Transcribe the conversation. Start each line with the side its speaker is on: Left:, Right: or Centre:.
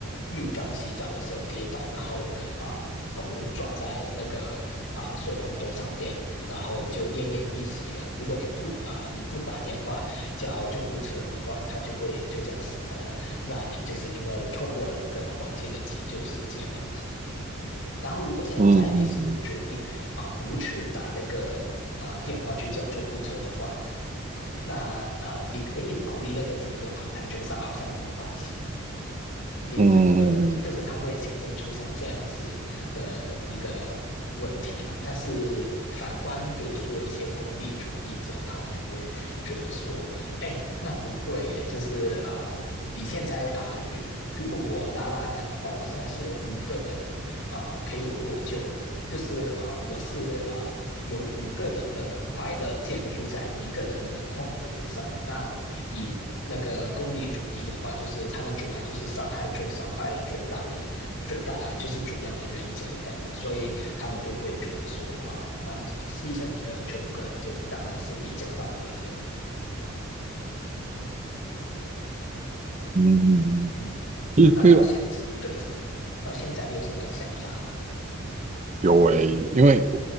Left: 浴缸洗澡的时候跌倒，然后啊、头撞在那个啊、水龙头上边，然后就奄奄一息了。如果你不啊、你不打电话叫救护车的话，他就会就这样死在了。那你就是因为错过了那个黄金的急救时间嘛。然后，如果现在你是决定啊、
Right: 嗯
Left: 不去打那个啊、电话去叫救护车的话，啊那啊、你可以逃离那个责任吗？感觉上好像不太行。你这对，
Right: 嗯嗯
Left: 就是它会显现出像这样子的一个问题啦。但是反观，比如说一些功利主义者，他们就会觉得说，哎，那不对，哎，就是啊、呃你现在啊、呃如如果我拉拉杆的话，我现在是有五个人啊、呃可以获救，就是啊、呃我是啊、有五个人的快乐建筑在一个人的痛苦之上。那以那个功利主义的话，就是他们主要就是伤害最少，快乐最大为最大啊、呃就是主要的原则这样子。所以他们就会觉得说啊、那牺牲一个人就五个人，就当然是比较道德的。
Right: 嗯，嗯
Left: 嗯，
Right: 一个
Left: 那到现对到现在你有什么想法吗？
Right: 有哎，因为